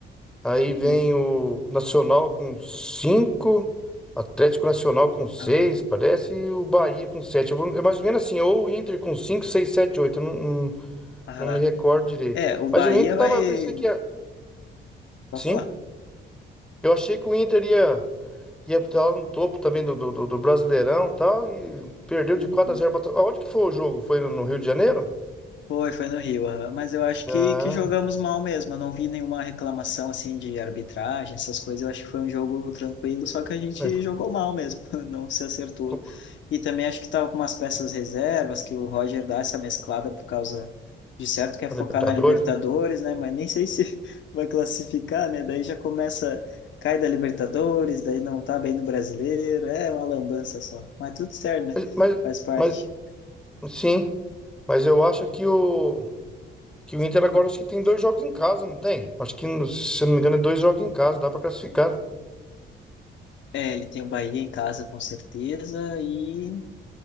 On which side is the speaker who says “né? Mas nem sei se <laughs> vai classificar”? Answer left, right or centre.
Left